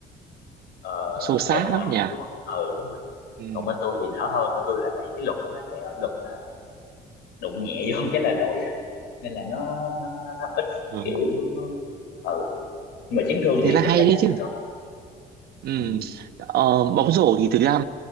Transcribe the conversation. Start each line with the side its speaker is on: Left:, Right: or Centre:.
Left: ờ,
Right: xô xát
Left: cãi vã
Right: lắm nhỉ
Left: đúng không? Ừ đúng rồi.
Right: ừ
Left: Còn bên tôi thì đỡ hơn, bên tôi là vì cái luật nó vậy rồi, luật là đụng nhẹ vô <laughs> cái là lỗi nên là nó nó nó, nó ít
Right: ừ
Left: kiểu ừ nhưng mà chấn thương
Right: thế
Left: thì
Right: là
Left: chắc
Right: hay
Left: chắn
Right: đấy
Left: là vẫn
Right: chứ
Left: có.
Right: ừ
Left: Ừ
Right: ờ, bóng rổ thì thực ra